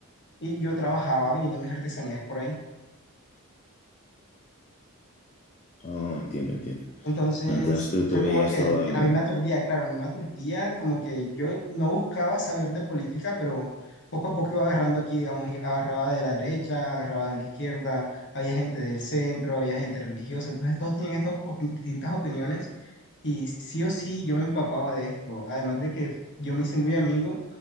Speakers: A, on the left; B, on the left.
A: Y yo trabajaba vendiendo mis artesanías por ahí.
B: Oh, entiendo, entiendo.
A: Entonces
B: Entonces tú, tú
A: fue
B: veías
A: como que
B: todo el...
A: a mí me aturdía, claro, a mí me aturdía, como que yo no buscaba saber de política, pero poco a poco iba agarrando aquí, digamos, y agarraba de la derecha, agarraba de la izquierda, había gente del centro, había gente religiosa, entonces todos tenían estas opi- distintas opiniones y sí o sí yo me empapaba de esto, además de que yo me hice muy amigo